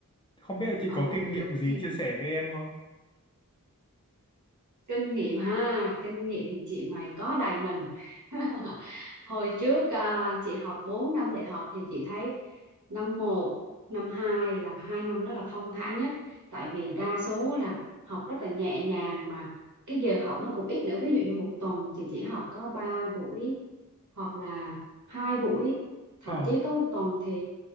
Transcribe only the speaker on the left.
Không biết là chị
có kinh nghiệm gì
chia sẻ với em không?
Ờ.